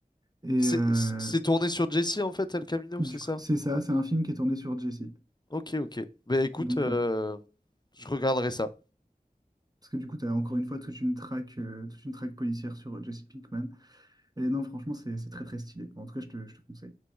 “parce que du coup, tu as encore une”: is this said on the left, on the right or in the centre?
Right